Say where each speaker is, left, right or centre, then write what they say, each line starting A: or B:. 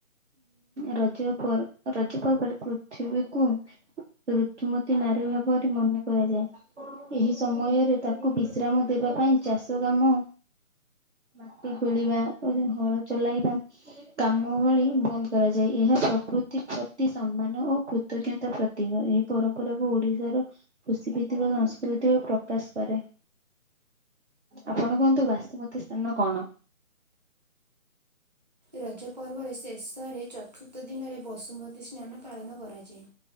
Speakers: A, on the right; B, on the right.
A: ରଜ ପର୍ ରଜ ପର୍ବରେ ପୃଥିବୀକୁ ଋତୁମତୀ ନାରୀ ଭାବରେ ମନେ କରାଯାଏ। ଏହି ସମୟରେ ତାକୁ ବିଶ୍ରାମ ଦେବା ପାଇଁ ଚାଷ କାମ ମାଟି ଖୋଳିବା ଓ ହଳ ଚଲାଇବା କାମ ଭଳି ବନ୍ଦ କରାଯାଏ ଏହା ପ୍ରକୃତି ପ୍ରତି ସମ୍ମାନ ଓ କୃତଜ୍ଞତା ପ୍ରତିକ ଏହି ପରମ୍ପରାକୁ ଓଡିଶାର କୃଷି ଭିତ୍ତିକ ସଂସ୍କୃତି ଓ ପ୍ରକାଶ କରେ। ଆପଣ କୁହନ୍ତୁ ବାସୁମତୀ ସ୍ଥାନ କଣ?
B: ରଜ ପର୍ବରେ ଶେଷରେ ଚତୁର୍ଥ ଦିନରେ ବସୁମତୀ ସ୍ନାନ ପାଳନ କରାଯାଏ।